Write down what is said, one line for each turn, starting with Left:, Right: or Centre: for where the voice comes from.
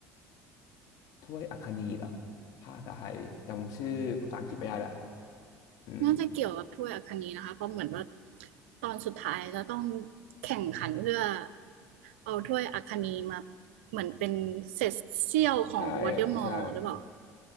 Left: ถ้วยอัคนีเหรอภาคภาษาไทยจำชื่อภาษาอังกฤษไม่ได้ละอืม
Right: น่าจะเกี่ยวกับถ้วยอัคนีนะคะเพราะเหมือนว่าตอนสุดท้ายจะต้องแข่งขันเพื่อเอาถ้วยอัคนีมาเหมือนเป็นเศษเสี้ยวของวอลเดอมอร์หรือเปล่า
Left: ใช่ครับใช่